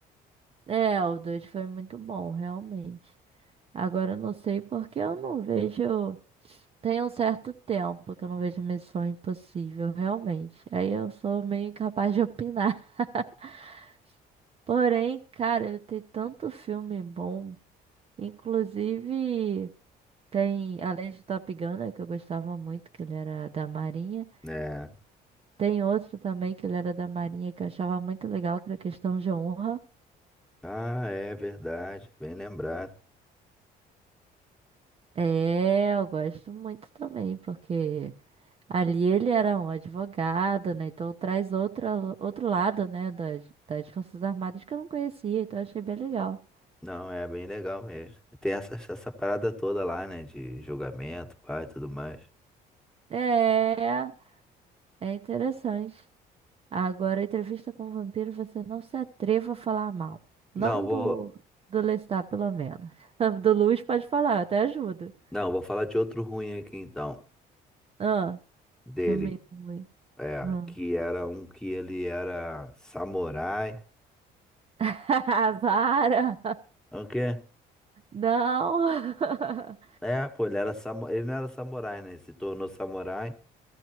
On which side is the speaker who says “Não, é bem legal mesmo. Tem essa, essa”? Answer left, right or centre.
Centre